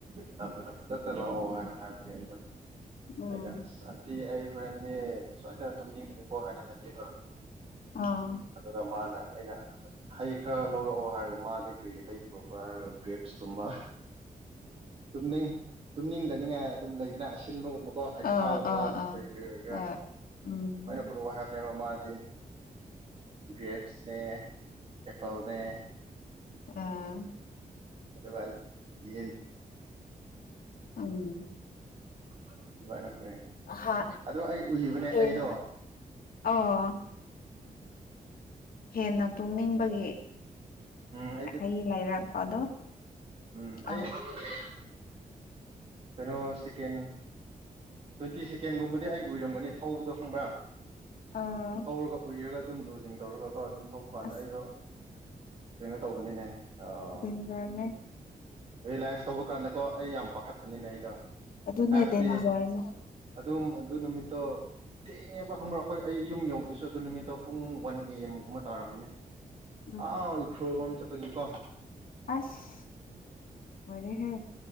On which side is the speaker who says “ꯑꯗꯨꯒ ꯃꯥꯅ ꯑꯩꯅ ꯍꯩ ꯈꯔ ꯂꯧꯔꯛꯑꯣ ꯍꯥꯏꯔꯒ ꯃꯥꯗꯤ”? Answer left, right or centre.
Right